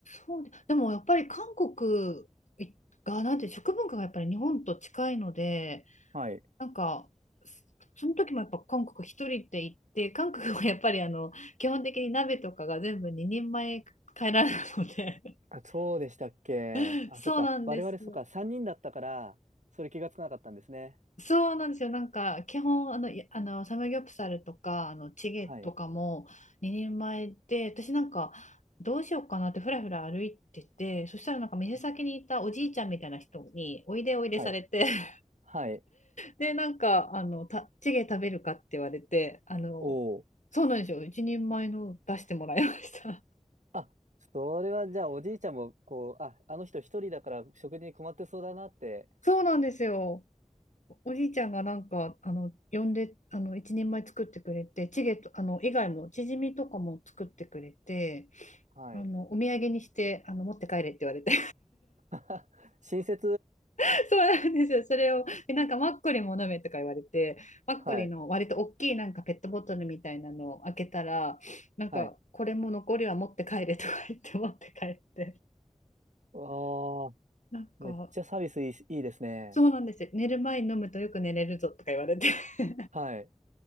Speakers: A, on the left (about 85°); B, on the right (about 85°).
A: そうで、でもやっぱり韓国がなんて食文化がやっぱり日本と近いので、
B: はい。
A: なんかその時もやっぱ韓国一人で行って、韓国はやっぱりあの基本的に鍋とかが全部2人前帰らないので、
B: あ、そうでしたっけ。
A: <laughs>
B: あ、
A: そうなんですよ。
B: そっか。我々そっか。3人だったから、それ気がつかなかったんですね。
A: そうなんですよ。なんか、基本、あの、いあの、サムギョプサルとか、あの、チゲとかも2人前で、
B: はい。
A: 私なんか、どうしようかなってふらふら歩いてて、そしたらなんか店先にいたおじいちゃんみたいな人に、
B: はい。
A: おいでおいでされて、
B: はい。
A: <laughs>
B: はい
A: で、なんか、あの、た、チゲ食べるかって言われて、あの、
B: お
A: そうなんですよ。一人前の出してもらいました。
B: あ、それはじゃあおじいちゃんも、こう、あ、あの人一人だから食事に困ってそうだなって、
A: <laughs> そうなんですよ。おじいちゃんがなんかあの呼んであの一人前作ってくれてチゲとあの以外もチヂミとかも作ってくれて
B: はい。
A: あのお土産にしてあの持って帰れって言われて
B: <laughs> 親切、
A: <laughs> そうなんですよそれをでなんかマッコリも飲めとか言われてマッコリの割と大きいなんかペットボトルみたいなのを開けたらなんかこれも残りは持って帰れとか言って
B: はい、はい。
A: <laughs> 持って帰って
B: ああ、
A: なんか
B: めっちゃサービスいい、いいですね。
A: そうなんですよ寝る前に飲むとよく寝れるぞとか言われて <laughs>
B: はい。